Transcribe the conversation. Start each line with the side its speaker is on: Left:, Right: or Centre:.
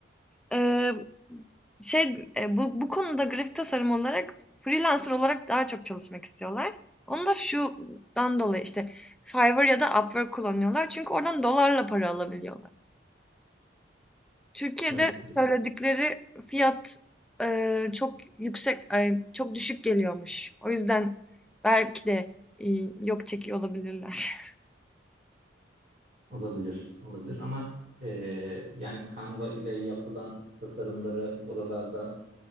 Centre: Eee, şey, eee, bu bu konuda grafik tasarım olarak freelancer olarak daha çok çalışmak istiyorlar. Onu da şundan dolayı işte Fiverr ya da Upwork kullanıyorlar. Çünkü oradan dolarla para alabiliyorlar. Türkiye'de
Right: evet.
Centre: söyledikleri fiyat eee, çok yüksek, ay, çok düşük geliyormuş. O yüzden belki de eee, yok çekiyor olabilirler. <laughs>
Right: Olabilir, olabilir ama eee, yani Canva ile yapılan tasarımları oralarda